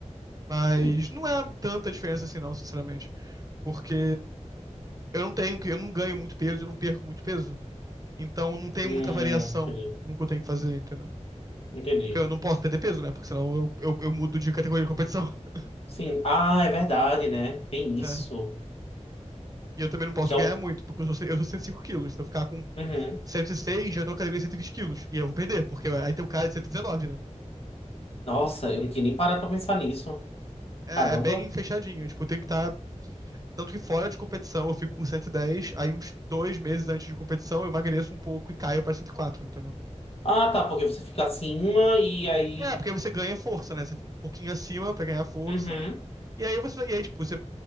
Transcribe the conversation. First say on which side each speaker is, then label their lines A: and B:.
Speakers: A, on the right (about 30°); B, on the left (about 55°).
A: Mas
B: Hum,
A: não é tanta diferença assim, não, sinceramente. Porque eu não tenho, que- eu não ganho muito peso, eu não perco muito peso. Então não tem
B: hum,
A: muita variação
B: entendi,
A: no que eu tenho que fazer, entendeu?
B: entendi.
A: Porque eu não posso perder peso, né? Porque senão eu, eu, eu mudo de categoria de competição. <laughs>
B: Sim. Ah, é verdade, né? Tem
A: né?
B: isso.
A: E eu também não posso
B: Que
A: ganhar
B: é o...
A: muito, porque eu sou, ce- eu sou 105 quilos. Se eu ficar com
B: Uhum.
A: 106, já tô na categoria de 120 quilos. E eu vou perder, porque aí tem um cara de 119, né?
B: Nossa, eu não tinha nem parado pra pensar nisso.
A: É,
B: Caramba.
A: é bem fechadinho. É, Tipo, eu tenho que estar Tanto que fora de competição eu fico com 110, aí uns dois meses antes de competição eu emagreço um pouco e caio pra 104, entendeu?
B: Ah, tá, porque você fica acima e aí.
A: É, porque aí você ganha força, né? Você fica um pouquinho acima pra ganhar força.
B: Uhum.
A: E aí você, e aí, tipo, você